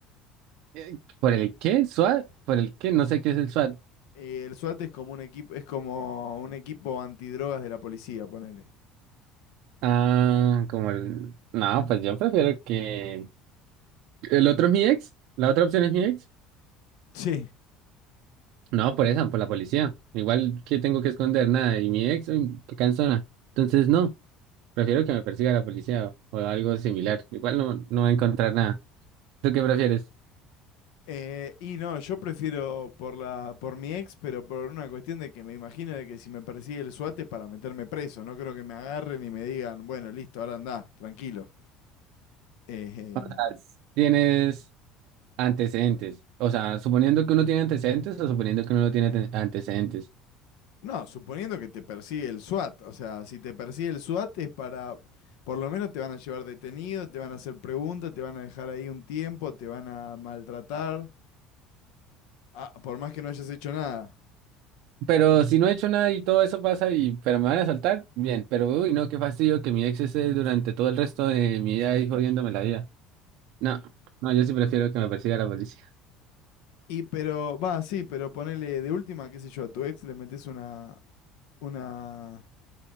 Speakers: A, on the right; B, on the left.
A: Eh, ¿Por el qué? ¿SWAT? ¿Por el qué? No sé qué es el SWAT.
B: Eh, el SWAT es como un equipo, es como un equipo antidrogas de la policía, ponele.
A: Ah, como el... No, pues yo prefiero que... ¿El otro es mi ex? ¿La otra opción es mi ex?
B: Sí.
A: No, por esa, por la policía. Igual que tengo que esconder nada. Y mi ex, uy, qué cansona. Entonces, no, prefiero que me persiga la policía o, o algo similar. Igual no, no va a encontrar nada. ¿Tú qué prefieres?
B: Eh, y no, yo prefiero por la, por mi ex, pero por una cuestión de que me imagino de que si me persigue el SWAT es para meterme preso. No creo que me agarren y me digan, bueno, listo, ahora andá, tranquilo. Eh, em,
A: As- ¿Tienes antecedentes? O sea, suponiendo que uno tiene antecedentes o suponiendo que uno no tiene te- antecedentes.
B: No, suponiendo que te persigue el SWAT, o sea, si te persigue el SWAT es para, por lo menos te van a llevar detenido, te van a hacer preguntas, te van a dejar ahí un tiempo, te van a maltratar, ah, por más que no hayas hecho nada.
A: Pero si no he hecho nada y todo eso pasa y pero me van a soltar, bien, pero uy, no, qué fastidio que mi ex esté durante todo el resto de mi vida ahí jodiéndome la vida. No, no, yo sí prefiero que me persiga la policía.
B: Y pero, va, sí, pero ponele de última, qué sé yo, a tu ex le metes una, una